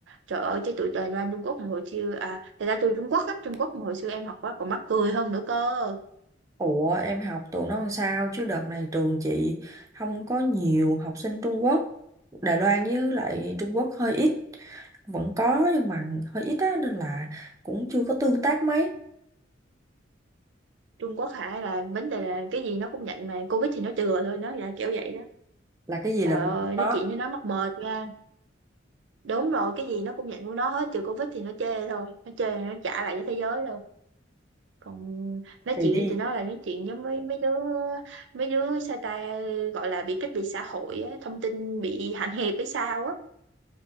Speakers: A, on the right; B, on the right.
A: Trời ơi, chứ tụi Đài Loan Trung Quốc mà hồi xưa à, thật ra tôi Trung Quốc á, Trung Quốc mà hồi xưa em học quá còn mắc cười hơn nữa cơ.
B: Ủa em học tụi nó làm sao chứ đợt này trường chị không có nhiều học sinh Trung Quốc Đài Loan với lại Trung Quốc hơi ít vẫn có nhưng mà hơi ít á nên là cũng chưa có tương tác mấy
A: Trung Quốc hả là vấn đề là cái gì nó cũng nhận mà Covid thì nó chừa thôi, nó là kiểu vậy đó.
B: là cái gì
A: Trời
B: là cũng
A: ơi,
B: có
A: nói chuyện với nó mắc mệt nha. Đúng rồi, cái gì nó cũng nhận của nó hết, trừ Covid thì nó chê thôi, nó chê nó trả lại cho thế giới đâu, Còn nói
B: thì
A: chuyện
B: đi
A: với tụi nó là nói chuyện với mấy mấy đứa mấy đứa sao ta gọi là bị cách biệt xã hội á, thông tin bị hạn hẹp hay sao á.